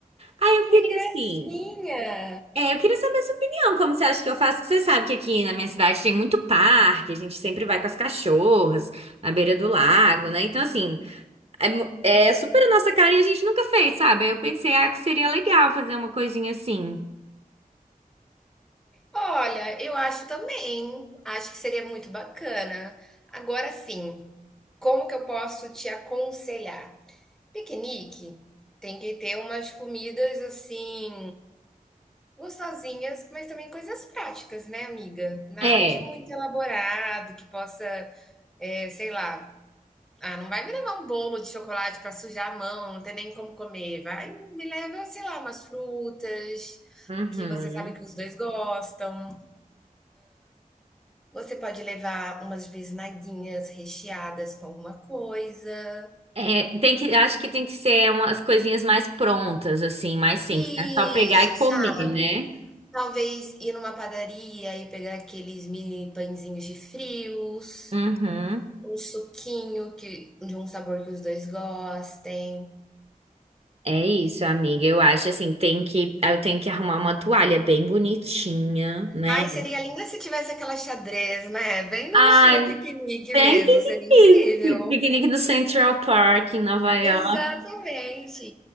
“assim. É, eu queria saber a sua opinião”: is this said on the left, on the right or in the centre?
Right